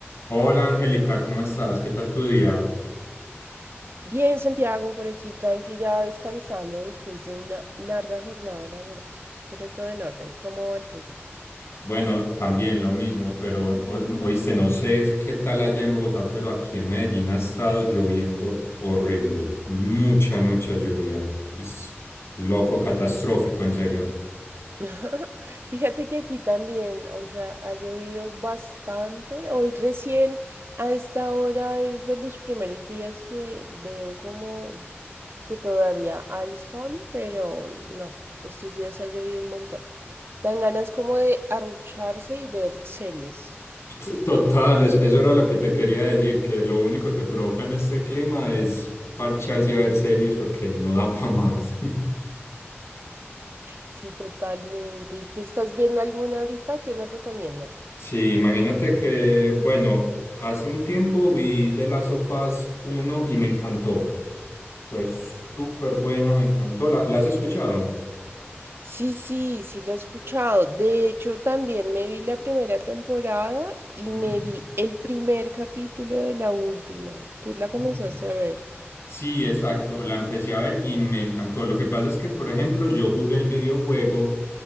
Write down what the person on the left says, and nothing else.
Hola Angélica, ¿cómo estás? ¿Qué tal tu día?
Bueno, también lo mismo, pero o- oíste, no sé qué tal allá en Bogotá, pero aquí en Medellín ha estado lloviendo horrible. Mucha, mucha lluvia. Es loco, catastrófico, en serio.
T- Total, eso, eso era
lo que te quería decir, que lo único que provocan este clima es parcharse a ver series porque no da para más. <laughs>
Sí, imagínate que, bueno, hace un tiempo vi The Last of Us 1 y me encantó. Fue súper buena, me encantó. ¿La, la has escuchado?
Ujú.
Ah,
ok.
Sí, exacto, la empecé a ver y me encantó. Lo que pasa es que, por ejemplo, yo jugué el videojuego